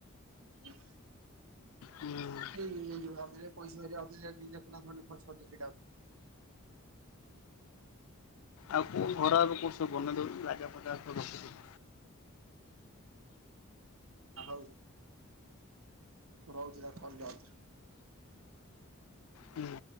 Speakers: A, on the right (about 75°); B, on the left (about 80°).
A: ହ
B: ହୁଁ।
A: ଏଇ ମଝିରେ ପଇସା <unintelligible> ଖର୍ଇଟା
B: ଆଉ କୋ ଘର କୋଣ ସବ ବନେଇ ଦଉଛି ଲାଗା ଫଜା ସବୁ ରଖିଦଉଛି
A: ହଉ ରହୁଛି କିଲ ଆଉଛି।
B: ହୁଁ।